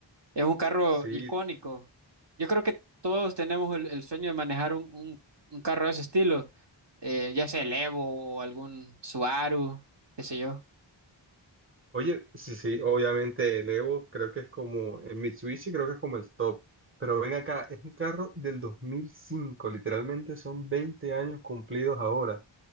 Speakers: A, on the right; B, on the right.
A: Es un carro
B: sí.
A: icónico. Yo creo que todos tenemos el, el sueño de manejar un, un- un carro de ese estilo, eh, ya sea el Evo o algún Subaru, qué sé yo.
B: Oye, sí, sí, obviamente el Evo creo que es como el Mitsubishi, creo que es como el top, pero ven acá, es un carro del 2005. literalmente son 20 años cumplidos ahora.